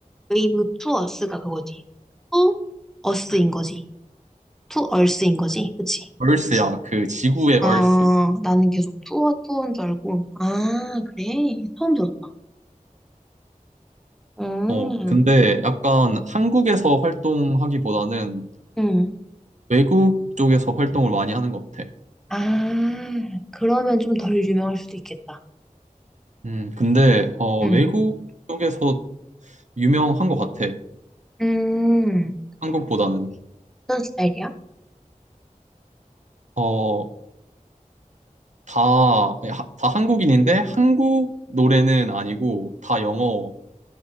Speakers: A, in the centre; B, on the right.
A: 웨이브 투 어스가 그거지. 투 어스인 거지. 투 얼스인 거지. 그치?
B: 얼스야, 그 지구의
A: 아,
B: 얼스.
A: 나는 계속 투어 투어인 줄 알고. 아, 그래? 처음 들었다. 음,
B: 어, 근데 약간 한국에서 활동하기보다는
A: 음.
B: 외국 쪽에서 활동을 많이 하는 것 같아.
A: 아, 그러면 좀 덜 유명할 수도 있겠다.
B: 음, 근데 어,
A: 응.
B: 외국 쪽에서 유명한 것 같아.
A: 음,
B: 한국보다는.
A: 어떤 스타일이야?
B: 어, 다, 하- 다 한국인인데 한국 노래는 아니고 다 영어,